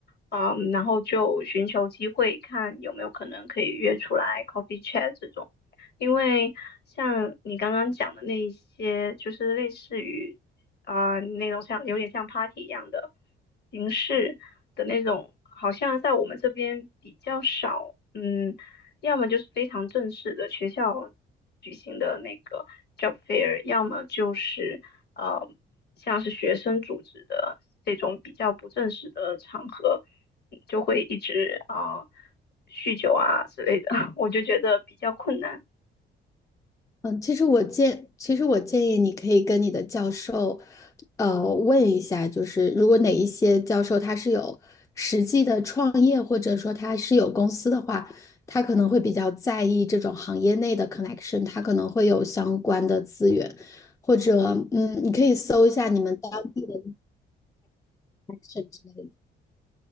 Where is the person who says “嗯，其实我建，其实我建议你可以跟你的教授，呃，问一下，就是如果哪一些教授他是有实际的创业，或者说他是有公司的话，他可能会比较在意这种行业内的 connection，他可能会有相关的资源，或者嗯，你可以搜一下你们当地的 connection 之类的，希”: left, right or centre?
Left